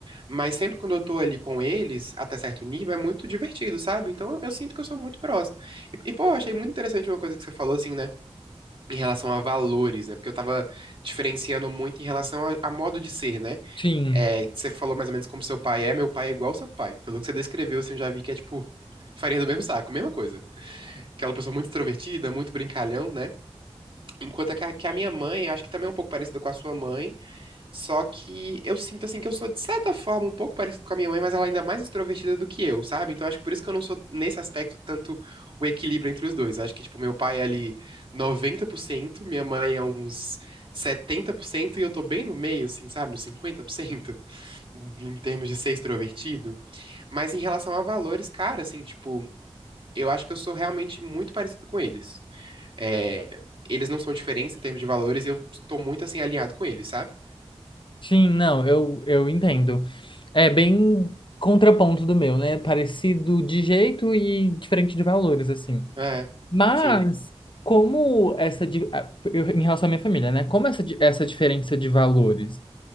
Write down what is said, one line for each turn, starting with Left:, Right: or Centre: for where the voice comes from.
Right: mas sempre quando eu tô ali com eles, até certo nível, é muito divertido, sabe? Então eu, eu sinto que eu sou muito próximo. E, e pô, eu achei muito interessante uma coisa que você falou assim, né? em relação a valores, né? Porque eu tava diferenciando muito em relação a, a modo de ser, né?
Left: Sim,
Right: É, que você falou mais ou menos como seu pai é, meu pai é igual ao seu pai. Pelo que você descreveu, assim, eu já vi que é tipo farinha do mesmo saco, mesma coisa. Aquela pessoa muito extrovertida, muito brincalhão, né? Enquanto que a que a minha mãe, eu acho que também é um pouco parecida com a sua mãe, só que eu sinto assim que eu sou, de certa forma, um pouco parecido com a minha mãe, mas ela ainda é mais extrovertida do que eu, sabe? Então acho que por isso que eu não sou, nesse aspecto, tanto o equilíbrio entre os dois. Acho que, tipo, meu pai é ali 90%, minha mãe é uns 70%, e eu tô bem no meio, assim, sabe? Nos 50%, <laughs> em termos de ser extrovertido. Mas em relação a valores, cara, assim, tipo, eu acho que eu sou realmente muito parecido com eles. É, eles não são diferentes em termos de valores, e eu tô muito, assim, alinhado com eles, sabe?
Left: sim, não, eu, eu entendo. É bem contraponto do meu, né? Parecido de jeito e diferente de valores, assim.
Right: É,
Left: Mas,
Right: sim.
Left: como essa. di- a- eu- Em relação à minha família, né? Como essa, di- essa diferença de valores,